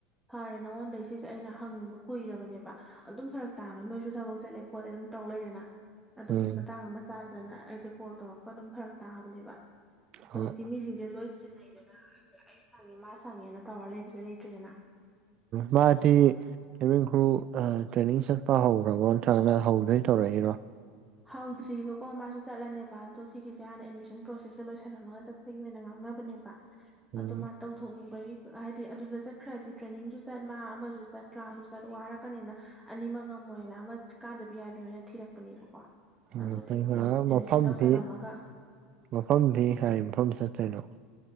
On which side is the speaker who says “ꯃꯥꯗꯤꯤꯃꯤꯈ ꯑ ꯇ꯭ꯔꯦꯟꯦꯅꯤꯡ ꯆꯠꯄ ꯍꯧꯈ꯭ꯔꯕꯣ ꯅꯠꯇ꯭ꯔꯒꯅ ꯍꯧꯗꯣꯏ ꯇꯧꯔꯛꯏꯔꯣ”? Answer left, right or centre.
Right